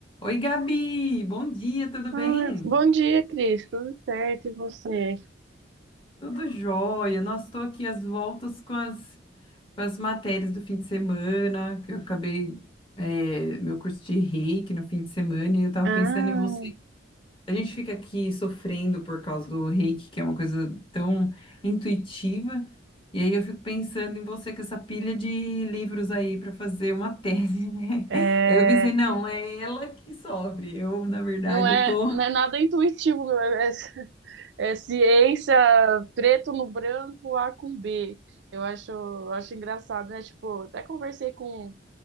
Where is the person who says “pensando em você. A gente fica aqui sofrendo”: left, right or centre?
Left